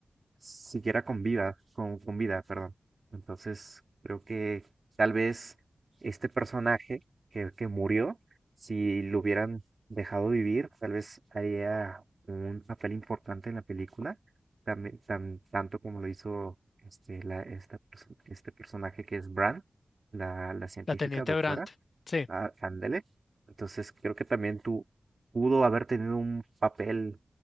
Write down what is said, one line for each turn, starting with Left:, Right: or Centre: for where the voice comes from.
Right: siquiera con vida, con, con vida, perdón. Entonces, creo que tal vez este personaje que, que murió, si lo hubieran dejado vivir, tal vez haría un papel importante en la película, también, tan, tanto como lo hizo este, la, esta, perso- este personaje que es Bran, la, la científica
Left: La Teniente
Right: doctora,
Left: Brandt. Sí.
Right: a- ándele. Entonces, creo que también tú pudo haber tenido un papel